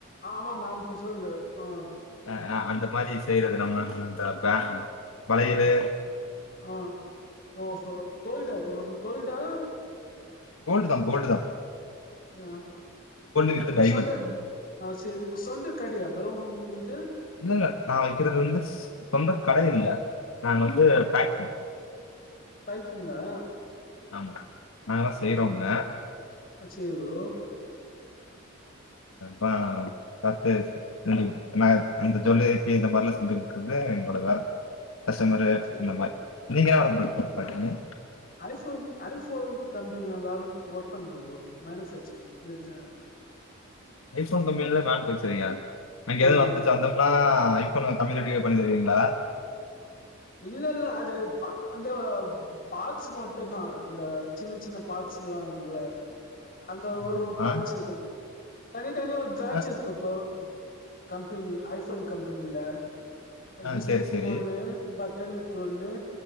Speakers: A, on the left; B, on the left.
A: ஆமாமா பசல்டு இப்போ
B: அ அந்த மாரி செய்யறது நம்ம தளப்பே வயிறு
A: ஆ ஓஹோ கோல்டா போறோ கோல்டா
B: கோல்டு தா கோல்டு தா
A: ஆ
B: வித் டைமண்ட்
A: சொல்லு ஆ சொண்ட கடி அப்புறோ உந்து
B: இல்ல இல்ல நா வெக்கிறது வந்து சொந்த கட இல்ல நாங்க வந்து பேக்
A: பைக்சிங்கா
B: ஆமா நாங்க தான் செய்றோங்க.
A: ஆஹா அச்சேரி ப்ரோ
B: ஆ பத்தேஸ் அன் அன்ன அந்த ஜொல்லறிக்கே இந்த மாரிலா செஞ்சு கொடுக்குறது எங்களோட வேல ரசோ மோரு
A: சேரி
B: இந்த மாரி நீங்கதா கூப்டங்க
A: அ ஐஃபோன் ஐஃபோன் கம்பெனில வேல ஒர்க் பண்றோ ப்ரோ மேனுஃபேக்சரிங் இந்த ச
B: ஐஃபோன் கம்பெனில மேனுஃபேக்சரிங்கா அங்கெதா
A: ஆ
B: வந் தம்னா ஐஃபோன் கம்மி ரேட்டுக்கே பண்ணி தருவிங்ளா
A: இல்லல்ல அது ப வந்து பாட்ஸ் மட்டுந்தா இந்த சின்ன சின்ன பாட்ஸ் எல்லா இருக்குல்ல அவ்ளதா அந்த
B: ஆமாமா.
A: ஒரு பேன்ச் இருக்கு தனித்தனியா ஒரு பிரான்ச்
B: அ
A: இருக்கு இப்போ கம்பெனி ஐஃபோன் கம்பெனில
B: ஆ
A: டிஸ்பிளேக்கு
B: சரி, சரி.
A: ஒண்ணு பட்டன்க்கு ஒண்ணு